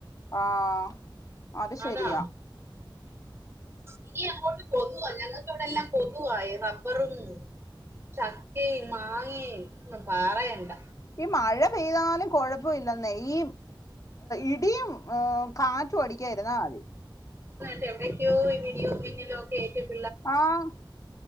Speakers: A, on the left; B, on the right.
A: ആഹ് അത് ശെരിയാ
B: അതാ ഇനി അങ്ങോട്ട് കൊതുവാ ഞങ്ങൾക്ക് ഇവിടെ എല്ലാം കൊതുവാ ഈ റബ്ബറും ചക്കേം മാങ്ങേം ഒന്നും പറയണ്ട.
A: ഈ മഴ പെയ്താലും കുഴപ്പം ഇല്ലന്നെ ഈ ഇടിയും ഹ് കാറ്റും അടിക്കാതിരുന്നാ മതി.
B: എവിടെയൊക്കെയോ ഈ വീഡിയോ പിന്നിലോക്കെ <unintelligible>
A: ആഹ്